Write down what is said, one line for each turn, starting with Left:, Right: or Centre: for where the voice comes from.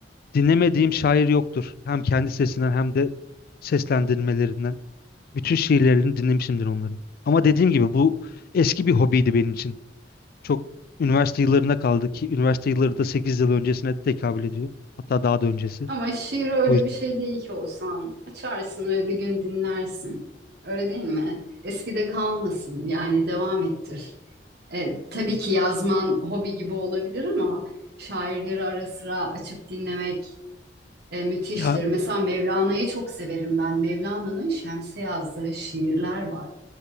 Left: dinlemediğim şair yoktur. Hem kendi sesinden hem de seslendirmelerinden. Bütün şiirlerini dinlemişimdir onların. Ama dediğim gibi bu eski bir hobiydi benim için. Çok üniversite yıllarına kaldı ki üniversite yılları da 8 yıl öncesine tekabül ediyor. Hatta daha da öncesi.
Right: Ama şiir öyle
Left: O yüzden
Right: bir şey değil ki olsan. Açarsın ve bir gün dinlersin. Öyle değil mi? Eskide kalmasın. Yani devam ettir. E, tabii ki yazman hobi gibi olabilir ama şairleri ara sıra açıp dinlemek e, müthiştir.
Left: ya
Right: Mesela Mevlana'yı çok severim ben. Mevlana'nın Şems'e yazdığı şiirler var.